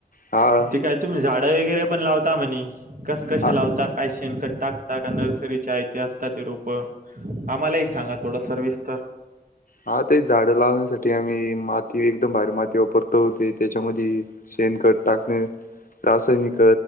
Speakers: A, on the left; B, on the right.
A: हां.
B: ते काय तुम्ही झाडं वगैरे पण लावता म्हणे,, कसं कसें
A: हा
B: लावता काय? शेनखत टाकता का नर्सरीच्या आयती असता ती रोप आम्हालाही सांगा थोडं सर्विसतर
A: हा ते झाडं लावण्यासाठी आम्ही माती एकदम भारी माती वापरतो ते त्याच्यामध्यी शेणखत टाकणे रासायनिक